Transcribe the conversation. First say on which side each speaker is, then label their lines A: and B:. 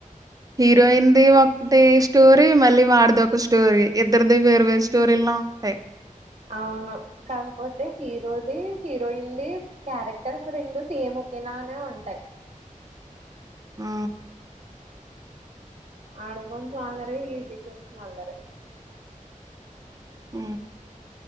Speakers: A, on the right (about 25°); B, on the right (about 50°).
A: హీరోయిన్
B: ఉమ్
A: ది ఒక్కటేస్ స్టోరీ మళ్ళీ వాడిది ఒక స్టోరీ ఇద్దరిది వేరువేరు స్టోరీలా ఉంటాయి
B: అవును కాకపోతే హీరోది హీరోయిన్ ది క్యారెక్టర్స్ రెండు సేమ్ ఒకేలానే ఉంటాయి
A: ఆ
B: ఆడు కొంచెం అల్లరి ఇది కొంచెం అల్లరే
A: ఆ